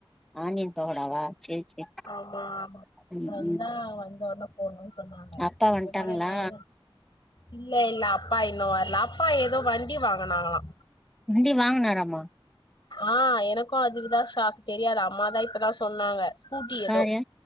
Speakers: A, in the centre; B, on the left.
A: ஆனியன் பகோடாவா சேரி சேரி
B: ஆமா ஆமா
A: ம்
B: வந்தா
A: ம்
B: வந்த உடனே போட்னுன் சொன்னாங்க
A: அப்பா வந்ட்டாங்களா
B: இப்பதா வெங்காய இல்ல இல்ல அப்பா இன்னு வரல அப்பா ஏதோ வண்டி வாங்குனாங்களா
A: வண்டி வாங்குனாராமா
B: ஆ எனக்கு அது தா ஷாக் தெரியாது அம்மாதா இப்பதா சொன்னாங்க ஸ்கூட்டி எதோ
A: யாரு